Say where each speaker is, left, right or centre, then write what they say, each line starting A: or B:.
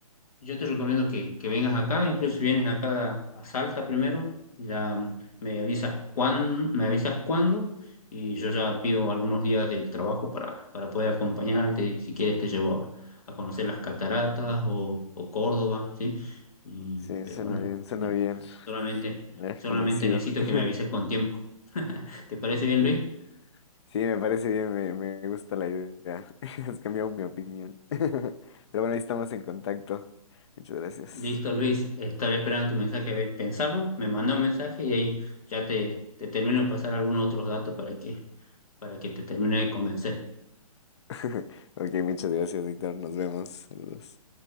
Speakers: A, on the left; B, on the left.
A: yo te recomiendo que, que vengas acá, incluso si vienes acá a Salta primero, ya mm, me avisas cuán, me avisas cuándo y yo ya pido algunos días del trabajo para, para poder acompañarte y si quieres te llevo a, a conocer las cataratas o, o Córdoba, ¿sí? Y,
B: Sí,
A: pero
B: suena
A: bueno,
B: bien, suena
A: no,
B: bien.
A: solamente,
B: Me has
A: solamente
B: convencido.
A: necesito
B: <laughs>
A: que me avises con tiempo. <laughs> ¿Te parece bien,
B: Sí,
A: Luis?
B: sí, me parece bien, me, me gusta la idea. <laughs> Has cambiado mi opinión. <laughs> Pero bueno, ahí estamos en contacto. Muchas gracias.
A: Listo, Luis. Estaba esperando tu mensaje. A ver, pensalo. Me mandó un mensaje y ahí ya te, te termino de pasar algunos otros datos para que, para que te termine de convencer.
B: <laughs> Ok, muchas gracias, Víctor. Nos vemos. Saludos.